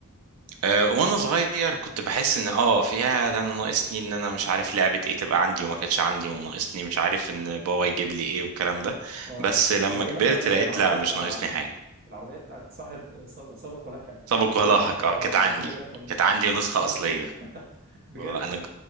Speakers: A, on the right; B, on the right.
A: أه وانا صغير كنت بحس ان اه فيها ده انا ناقصني ان انا مش عارف لعبة ايه تبقى عندي وما كانتش عندي وناقصني مش عارف ان بابا يجيب لي ايه والكلام ده
B: اه
A: بس لما
B: زي
A: كبرت
B: مثلا
A: لقيت
B: العربيه
A: لا مش
B: بتاع
A: ناقصني حاجة
B: العربيه بتاعت صاحب ساب- سابق ولاحق
A: سابق
B: اللي كل
A: ولاحق اه
B: اه
A: كانت
B: اللي
A: عندي
B: كلنا كنا
A: كانت عندي ونسخة
B: كانت عندك
A: أصلية
B: <laughs> بجد
A: آه، انا